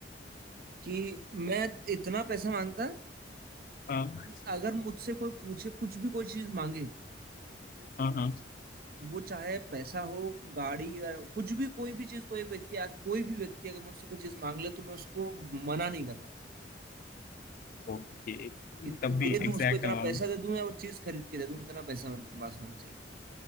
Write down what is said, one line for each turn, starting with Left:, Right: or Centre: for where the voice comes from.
Right: कि मैं इतना पैसा मांगता
Left: हाँ
Right: कि अगर मुझसे कोई पूछे कुछ भी कोई चीज मांगे
Left: हाँ हाँ
Right: वो चाहे पैसा हो गाड़ी या कुछ भी कोई भी चीज कोई व्यक्ति आ कोई भी व्यक्ति अगर मुझसे कोई चीज मांग ले तो मैं उसको मना नहीं कर पाऊँ
Left: ओके
Right: इत,
Left: तब भी
Right: दे
Left: एग्जैक्ट
Right: दूं उसको इतना
Left: अमाउंट
Right: पैसा दे दूं या वो चीज खरीद के दे दूं इतना पैसा मेरे पास होना चाहिए था